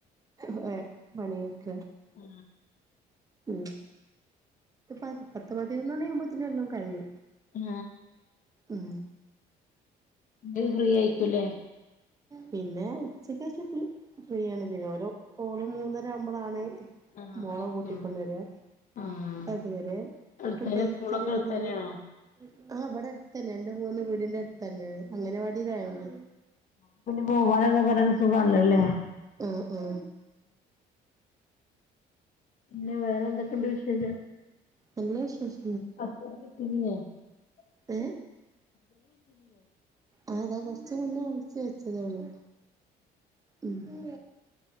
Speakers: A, on the right; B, on the left.
A: ഹ മണിക്ക്
B: ആ
A: ഉ പത്ത് പ പത്ത് പതിനന്നോ അ്പത്തിന എല്ലാം കഴു
B: ആ
A: ഉം
B: അത് ഫ്രീ ആയിക്കൂല്ലേ
A: പിന്നെ ഉച്ചക്ക് ചു ഫ്രീയാണ് പിന്നെ ഓരോ ഓള് മൂന്നരവുമ്പോളാണ്
B: ആഹ്
A: മോള കൂട്ടിക്കൊണ്ടുവരാ
B: ഉം ആഹ്
A: അതുവരെ
B: അടുത്തന്നെ
A: ഫുഡഴിക്കല്
B: സ്കൂളൊക്കെ
A: കഴിഞ്ഞല്
B: അടുത്തന്നെയാണോ
A: ആ അവിടെ അടുത്ത തന്നെയ ഉണ്ട് മൂന്ന് വീടിറെ അടുത്ത് തന്നെ അങ്ങനെ വാടിതായണ്ട്
B: പ്പോ വളരെ വന്ന സുഖല്ലോല്ലേ
A: ആ ആ
B: പിന്നെ വേറെ എന്തൊക്കെയുണ്ട് വിശേഷം
A: അല്ലേ ശേഷ
B: അ പ്രത്തിതിന <unintelligible>
A: ഏ ആ അതാ കൊറച്ച മുന്നേ രിച്ച വെച്ചതേള്ളൂ ഉ